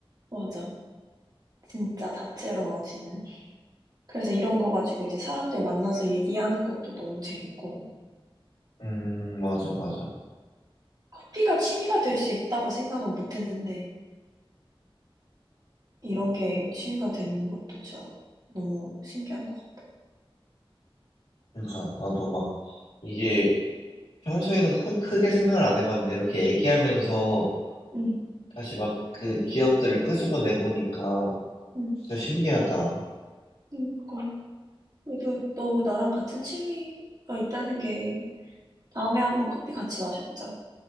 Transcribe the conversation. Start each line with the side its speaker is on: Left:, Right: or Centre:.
Right: 맞아. 진짜 다채로워지는. 그래서 이런 거 가지고 이제 사람들 만나서 얘기하는 것도 너무 재밌고,
Left: 음, 맞아, 맞아.
Right: 커피가 취미가 될 수 있다고 생각은 못 했는데, 이런 게 취미가 되는 것도 진짜 너무 신기한 것 같아.
Left: 진짜 나도 막 이게 평소에는 크, 크게 생각을 안 해봤는데 이렇게 얘기하면서
Right: 응,
Left: 다시 막 그 기억들을 끄집어내 보니까
Right: 응.
Left: 진짜 신기하다.
Right: 그러니까 그래도 너 나랑 같은 취미가 있다는 게 다음에 한번 커피 같이 마셔보자.